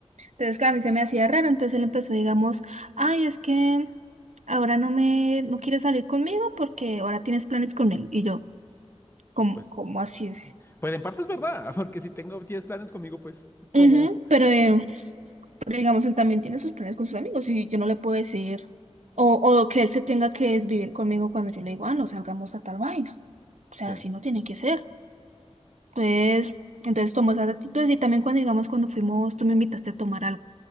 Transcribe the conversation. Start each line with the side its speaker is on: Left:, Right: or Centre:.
Right: Entonces, claro, a mí se me hacía raro, entonces él empezó, digamos, ay, es que ahora no me, no quieres salir conmigo porque ahora tienes planes con él. Y yo, ¿cómo,
Left: Pues,
Right: cómo así?
Left: pues en parte es verdad, <laughs> porque si tengo 10 planes conmigo, pues, ¿cómo?
Right: Ujú, pero, eh, pero digamos, él también tiene sus planes con sus amigos y yo no le puedo decir, o, o que él se tenga que desvivir conmigo cuando yo le digo, ah, no salgamos a tal vaina. O sea,
Left: Sí,
Right: así no tiene que ser. Pues, entonces tomó esas actitudes y también cuando, digamos, cuando fuimos, tú me invitaste a tomar algo.